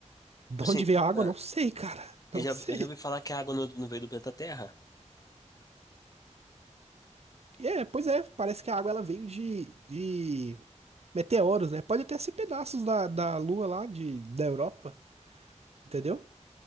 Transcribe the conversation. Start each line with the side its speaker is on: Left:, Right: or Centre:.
Right: De
Left: Tipo Assim,
Right: onde veio a água?
Left: ah,
Right: Não sei, cara. <laughs>
Left: eu
Right: Não
Left: já,
Right: sei.
Left: eu já ouvi falar que a água não, não veio do planeta Terra.
Right: E É, pois é, parece que a água ela veio de, de meteoros, né? Pode até ser pedaços da, da Lua lá, de, da Europa, entendeu?